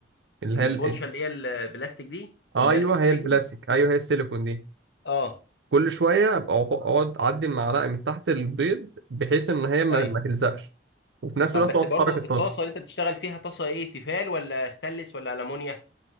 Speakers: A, on the right (about 75°); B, on the left (about 70°).
A: اللي
B: الاسبونشا
A: هي ال-
B: اللي هي البلاستيك دي
A: ايوه
B: اللي هي السيليكون
A: هي البلاستيك ايوه هي السيليكون دي
B: اه
A: كل شويه ابقى أخ- اقعد اعدي المعلقه من تحت البيض بحيث ان هي ما,
B: ايوه
A: ما تلزقش وفي نفس
B: طب
A: الوقت
B: بس
A: تقعد
B: برضو
A: تحرك الطاسه
B: الطاسه اللي انت بتشتغل فيها طاسه ايه تيفال ولا ستانلس ولا المونيا